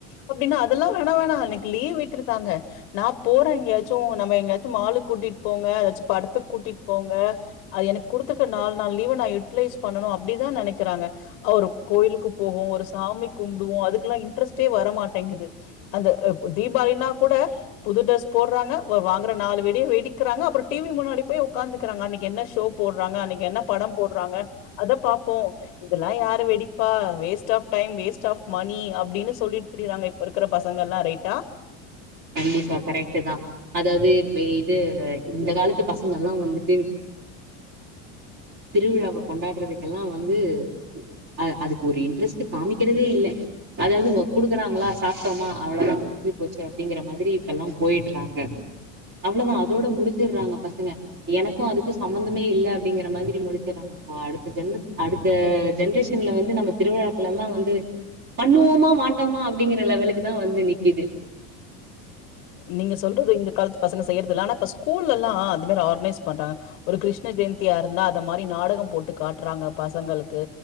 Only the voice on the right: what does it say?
கண்டிப்பா கரெக்ட்டு தா அதாவ்து இப்ப இது இந்த காலத்து பசங்கல்லா வந்துட்டு திருவிழாவ கொண்டாட்றதுக்கெல்லா வந்து அ அதுக்கொரு இன்ட்ரெஸ்ட்டு காமிக்கறதே இல்ல அதாவ்து இவ்ங்க குடுக்கறாங்ளா சாப்ட்டோமா அவ்ள தா முடிஞ்சி போச்சு அப்டிங்கிற மாதிரி இப்பெல்லா போயிட்றாங்க அவ்ள தா அதோட முடிச்சர்றாங்க பசங்க எனக்கு அதுக்கு சம்மந்தமே இல்ல அப்டிங்கிற மாதிரி முடிச்சர்றாங்க அ அடுத்த ஜென்மத் அடுத்த ஜென்ரேஷன்ல வந்து நம்ம திருவிழாக்கள் எல்லா வந்து பண்ணுவோமா மாட்டோமா அப்டிங்கிற லெவலுக்கு தா வந்து நிக்கிது